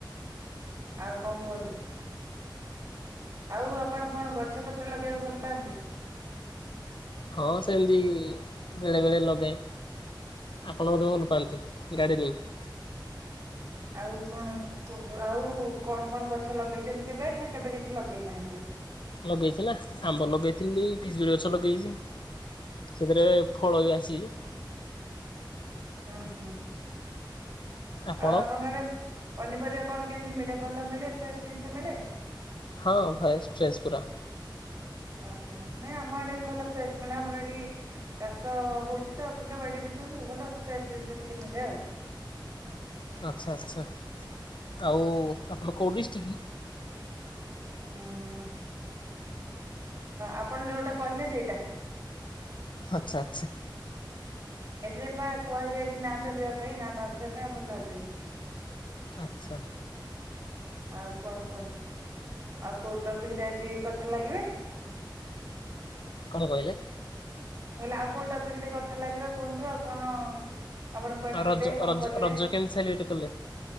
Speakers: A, on the right; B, on the left.
A: ଆଉ କଣ କୁହନ୍ତୁ ଆଉ ଆପଣ କଣ ଗଛ ପତ୍ର ଲଗେଇବାକୁ ଭଲ ପାଆନ୍ତି?
B: ହଁ ସେମିତି ବେଳେ ବେଳେ ଲଗାଏ। ଆପଣ ବୋଧେ ଭଲ ପାଆନ୍ତି ଗାର୍ଡେନିଙ୍ଗ।
A: ଆଉ କଣ କୁହନ୍ତୁ ଆଉ କଣ କଣ ଗଛ ଲଗେଇଛନ୍ତି କେବେ ନା କେବେ କିଛି ଲଗେଇ ନାହାନ୍ତି?
B: ଲଗେଇଛି ନା ଆମ୍ବ ଲଗେଇଥିଲି ପିଜୁଳି ଗଛ ଲଗେଇଛି। ସେଥିରେ ଫଳ ବି ଆସିଛି।
A: ହୁଁ ହୁଁ।
B: ଆପଣ
A: ଆଉ ଆପଣଙ୍କ ଆଡେ ପନିପରିବା କଣ କେମିତି ମିଳେ ଭଲ ମିଳେ ଫ୍ରେଶ ଜିନିଷ ମିଳେ?
B: ହଁ ଭାଇ ଫ୍ରେସପୁରା।
A: ଓହୋ ନାଇଁ ଆମ ଆଡେ ବି ଭଲ ଫ୍ରେଶ ମିଳେ ଆମର ଏଠି ଚାଷ ହଉଛି ତ ବିଲ ବାଡିରେ ସବୁ ଭଲ ଫ୍ରେଶ ଜିନିଷ ଟିକେ ମିଳେ ଆଉ।
B: ଆଛା ଆଛା ଆଉ ଆପଣ କୋଉ ଡିଷ୍ଟିକ।
A: ହୁଁ ଆପଣ ଯୋଉଟା କହିଲେ ସେଇଟା।
B: ଆଚ୍ଛା ଆଚ୍ଛା।
A: ଏଥିରେ ବା କୁହାଯାଇଛି ନା ଧରିବା ପାଇଁ ନା ନ ଧରିବା ପାଇଁ ଆପଣ ଧରିବେନି।
B: ଆଚ୍ଛା
A: ଆଉ କଣ କୁହନ୍ତୁ ଆଉ କୋଉ ଟପିକ ରେ ଆଜି କଥା ଲାଗିବେ।
B: କଣ କହିଲେ?
A: ମୁହ ଆଉ କୋଉ ଟପିକରେ କଥା ଲାଗିବା କୁହନ୍ତୁ ଆଉ କଣ ଆପଣ କୁଆଡେ
B: ଆଉ
A: ଯିବେ
B: ରଜ
A: କଣ
B: ରଜ
A: କରିବେ।
B: ରଜ କେମିତି ସେଲିବ୍ରେଟ କଲେ